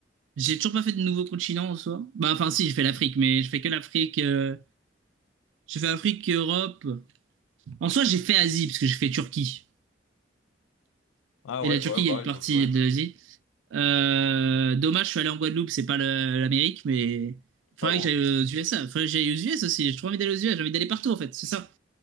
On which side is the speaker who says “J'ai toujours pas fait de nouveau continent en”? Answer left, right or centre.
Right